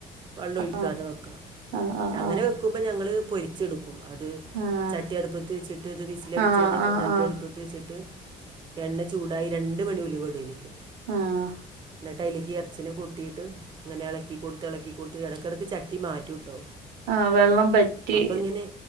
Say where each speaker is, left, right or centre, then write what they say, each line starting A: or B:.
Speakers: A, on the right (about 30°); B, on the right (about 80°).
A: വെള്ളം ഒഴിക്കാതെ
B: ആഹ്
A: വെക്ക
B: ആഹ്
A: അങ്ങനെ
B: ആഹ്
A: വെക് ക്കുമ്പൊ ഞങ്ങള് പൊരിച്ചെടുക്കും അത്
B: ആഹ്
A: ചട്ടിയ അടുപ്പത്ത് വെച്ചിട്ട്ത് വിസിലടിച്ച്
B: ആഹ്
A: കഴിഞ്ഞാൽ
B: ആഹ് ആഹ്
A: ചട്ടിയടുപ്പ്
B: ആഹ്
A: ത്ത്ട്ടുവെച്ചിട്ട് എണ്ണ ചൂടായി രണ്ട് മണി ഉലുവടും അഴിൽക്ക്
B: ആഹ്
A: എന്നിട്ടയില്ക്ക് എർ ച്ചികൊടീട്ട് ഇങ്ങനെ ഇളക്കി കൊടുത്ത് ഇളക്കി കൊടുത്ത് ഇടക്കിടയ്ക്ക് ചട്ടി മാറ്റുട്ടോ
B: ആഹ് വെള്ളം പറ്റി
A: അപ്പൊങ്ങനെ